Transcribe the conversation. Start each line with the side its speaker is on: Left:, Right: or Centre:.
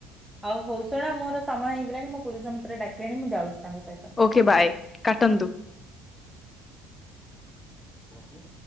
Centre: ଆଉ ହଉ ଶୁଣ ମୋର ସମୟ ହେଇଗଲାଣି। ମୋ ପୁରୁଷ ମିତ୍ର ଡାକିଲେଣି ମୁଁ ଯାଉଛି। ତାଙ୍କ ସହିତ
Left: ଓକେ ବାଏ କାଟନ୍ତୁ।
Centre: ହୁଁ।